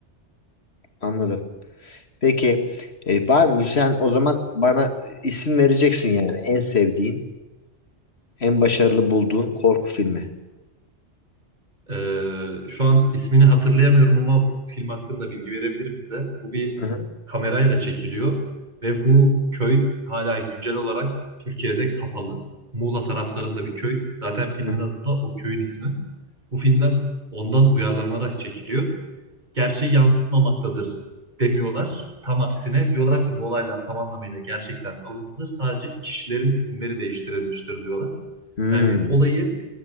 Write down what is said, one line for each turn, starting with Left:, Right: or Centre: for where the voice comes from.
Left: anladım. Peki e, var mı sen o zaman bana isim vereceksin yani en sevdiğin, en başarılı bulduğun korku filmi.
Right: Ee, şu an ismini hatırlayamıyorum ama film hakkında bilgi verebilirim size. Bu bir
Left: Hı hı,
Right: kamerayla çekiliyor ve bu köy hala güncel olarak Türkiye'de kapalı. Muğla taraflarında bir köy. Zaten filmin
Left: hı hı.
Right: adı da o köyün ismi. Bu filmden ondan uyarlanarak çekiliyor. Gerçeği yansıtmamaktadır demiyorlar. Tam aksine diyorlar ki bu olaylar tam anlamıyla gerçekten alıntıdır. Sadece kişilerin isimleri değiştirilmiştir diyorlar.
Left: Hmm,
Right: Yani olayı